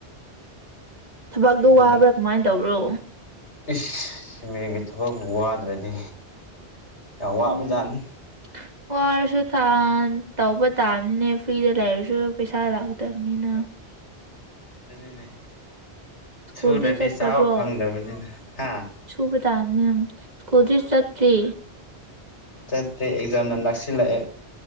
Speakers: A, on the right (about 40°); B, on the left (about 85°).
A: ꯊꯕꯛꯛꯇꯣ
B: ꯑꯗꯨꯒꯤ
A: ꯋꯥꯕ꯭ꯔꯥ ꯀꯃꯥꯏꯅ ꯇꯧꯕ꯭ꯔꯣ
B: ꯏꯁ ꯁꯤꯃꯦꯟꯒꯤ ꯊꯕꯛꯄꯨ ꯋꯥꯗ꯭ꯔꯗꯤ ꯌꯥꯝ
A: ꯎꯝ
B: ꯋꯥꯕꯖꯥꯠꯅꯤ
A: ꯋꯥꯔꯁꯨ ꯇꯧꯕ ꯇꯥꯕꯅꯤꯅꯦ ꯐ꯭ꯔꯤꯗ ꯂꯩꯔꯁꯨ ꯄꯩꯁꯥ ꯂꯥꯛꯇꯕꯅꯤꯅ <unintelligible>
B: ꯑꯗꯨꯅꯤꯅꯦ
A: ꯁ꯭ꯀꯨꯜꯗꯤ
B: ꯁꯨꯗꯔꯗꯤ
A: ꯆꯠꯇ꯭ꯔꯕꯣ
B: ꯆꯥꯕ ꯐꯪꯗꯕꯅꯤꯅ ꯍꯥ
A: ꯁꯨꯕ ꯇꯥꯕꯅꯦ ꯎꯃꯝ ꯁ꯭ꯀꯨꯜꯗꯤ ꯆꯠꯇ꯭ꯔꯤ
B: ꯆꯠꯇꯔꯦ ꯑꯦꯛꯖꯥꯝꯅ ꯅꯛꯁꯤꯂꯥꯛꯑꯦ